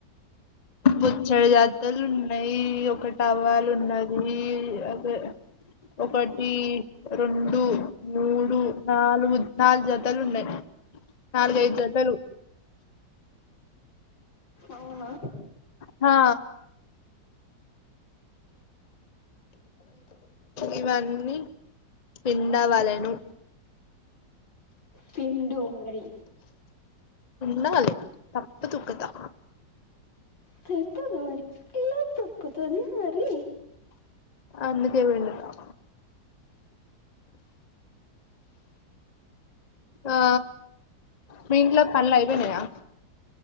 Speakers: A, on the left; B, on the left.
A: బొచ్చెడు జతలు ఉన్నాయి ఒక టవలు ఉన్నది అదే ఒకటీ రెండు మూడు నాలుగు నాలుగు జతలు ఉన్నాయి. నాలుగైదు జతలు
B: అవునా
A: హా ఇవన్నీ పిండవలెను
B: పిండు మరీ
A: పిండాలే తప్పదు కదా.
B: తప్పదు మరి ఎలా తప్పుతది మరి.
A: అందుకే పిండుతనా ఆ మీ ఇంట్ల పనులు అయిపోయినయా.